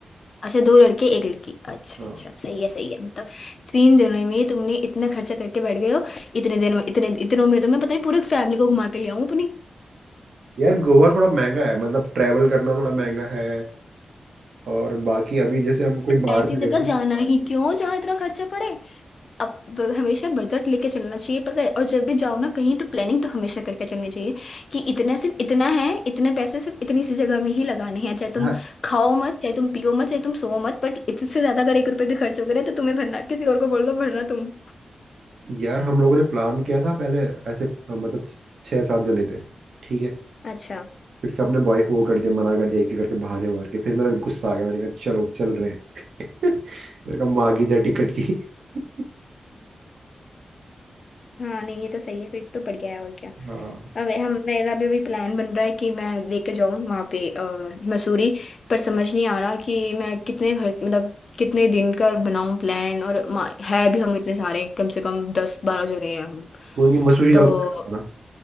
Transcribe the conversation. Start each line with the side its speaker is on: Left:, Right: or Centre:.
Left: अच्छा दो लड़के एक लड़की अच्छा
Right: हाँ
Left: अच्छा सही है सही है मतलब तीन जनों में तुमने इतना खर्चा करके बैठ गए हो इतने दिन में इतने इतनों में तो मैं पता नहीं पूरे फैमिली को घुमा के ले आऊं अपनी
Right: यार गोवा थोड़ा महंगा है मतलब ट्रैवल करना थोड़ा महंगा है और बाकी अभी जैसे हम कोई
Left: तो
Right: बाहर
Left: ऐसी
Right: में
Left: जगह
Right: गए
Left: जाना ही क्यों जहाँ इतना खर्चा पड़े अब ब- हमेशा बजट लेके चलना चाहिए पता है और जब भी जाओ ना कहीं तो प्लानिंग तो हमेशा करके चलनी चाहिए कि इतना सिर्फ इतना है इतने पैसे सिर्फ इतनी सी जगह में ही लगाने हैं चाहे तुम
Right: हैं
Left: खाओ मत चाहे तुम पियो मत चाहे तुम सो मत बट इससे ज्यादा अगर एक रुपये भी खर्च हो गए ना तो तुम्हें भरना किसी और को बोल दो भरना तुम
Right: यार हम लोगों ने प्लान किया था पहले ऐसे अ, मतलब छः सात जने थे ठीक है
Left: अच्छा
Right: फिर सबने बॉय वो कर दिया मना कर दिया एक एक करके बहाने मार के फिर मेरा गुस्सा आ गया मैंने कहा चलो चल रहे हैं <laughs> मैंने कहा मांगी जा टिकट की <laughs>
Left: हाँ नहीं ये तो सही है फिर तो बढ़िया है और क्या
Right: हाँ
Left: अब हम मेरा भी अभी प्लान बन रहा है कि मैं लेके जाऊँ वहाँ पे अ, मसूरी पर समझ नहीं आ रहा कि मैं कितने घर मतलब कितने दिन का बनाऊँ प्लान और मा- है भी हम इतने सारे कम से कम दस बारह जने हैं हम
Right: कोई नहीं मसूरी जाओ
Left: तो
Right: तो मुझे बताना